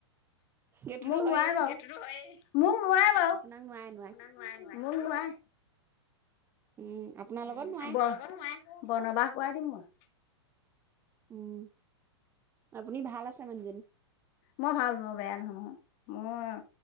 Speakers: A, on the right; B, on the left.
A: সেইটোতো
B: মোক নোৱাৰে
A: হয়েই
B: বাৰু, সেইতোটো হয়েই। মোক নোৱাৰে বাৰু,
A: আপোনাক নোৱাৰে নোৱাৰে
B: আপোনাক নোৱাৰে। মোক নোৱায়ে।
A: উম আপোনাৰ লগত
B: উম্,
A: নোৱাৰে
B: আপোনাৰ লগত নোৱায়ে। বনবাস কৰাই দিম মই।
A: উম্, আপুনি ভাল আছে মানুহজনী।
B: মই ভাল, মই বেয়া নহয় নহয়। মোৰ